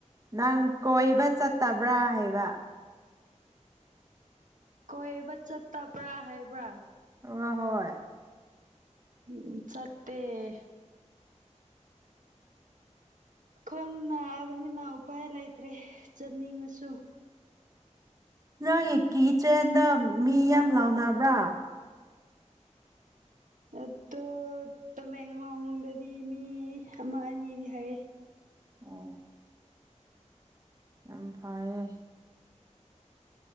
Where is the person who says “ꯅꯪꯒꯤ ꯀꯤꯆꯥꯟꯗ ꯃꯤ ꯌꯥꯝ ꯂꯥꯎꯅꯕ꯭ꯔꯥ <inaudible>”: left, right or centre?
Right